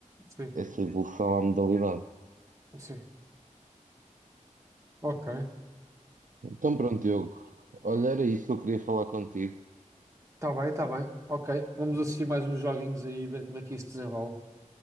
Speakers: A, on the right (about 20°); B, on the right (about 75°).
A: Sim,
B: essa evolução à modalidade.
A: sim. Ok.
B: Então pronto, Diogo. Olha, era isso que eu queria falar contigo.
A: Tá bem, tá bem. Ok. Vamos assistir mais uns joguinhos aí e ver como é que isso desenrola.